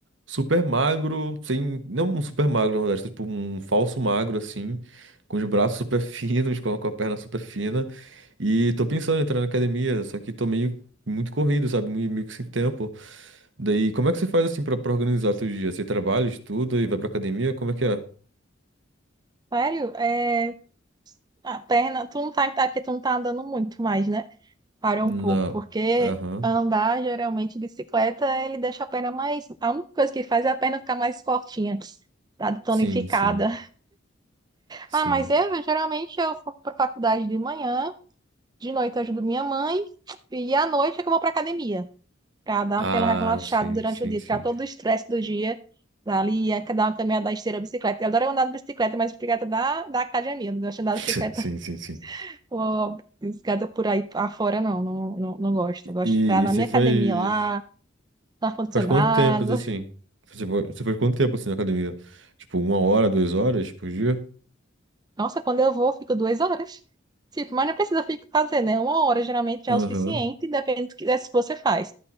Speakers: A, on the right (about 65°); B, on the right (about 20°).
A: Super magro, sem. Não um super magro, na verdade, tipo um falso magro, assim, com os braços super <laughs> finos, com a, com a perna super fina. E tô pensando em entrar na academia, só que tô meio muito corrido, sabe? Meio, meio que sem tempo. Daí, como é que você faz assim pra, pra organizar teu dia? Você trabalha, estuda e vai pra academia? Como é que é?
B: Sério, é A perna, tu não tá, tá que tu não tá andando muito mais, né? Parou
A: não
B: um pouco, porque
A: Aham.
B: andar geralmente bicicleta, ele deixa a perna mais. A única coisa que faz é a perna ficar mais fortinha, tá tonificada.
A: Sim, sim, sim.
B: Ah, mas eu geralmente eu vou pra faculdade de manhã, de noite eu ajudo minha mãe, e à noite é que eu vou pra academia, pra dar
A: Ah,
B: aquela relaxada
A: sim,
B: durante
A: sim,
B: o dia,
A: sim.
B: tirar todo o estresse do dia. Ali, é que dá uma caminhada esteira, bicicleta. Eu adoro andar de bicicleta, mas bicicleta da, da academia, eu não gosto de andar
A: <laughs>
B: de bicicleta
A: Sim, sim, sim.
B: Pô, desgada por aí afora, não, não, não, não gosto.
A: E,
B: Eu gosto
A: e
B: de ficar na
A: e você
B: minha
A: faz.
B: academia lá, no ar-condicionado.
A: Faz quanto tempo, assim? Você foi, você faz quanto tempo, assim, na academia? Tipo, uma hora, duas horas por dia?
B: Nossa, quando eu vou, fico duas horas. Tipo, mas não precisa fi- fazer, né? Uma hora geralmente já
A: Aham,
B: é o suficiente, depende do que se você faz.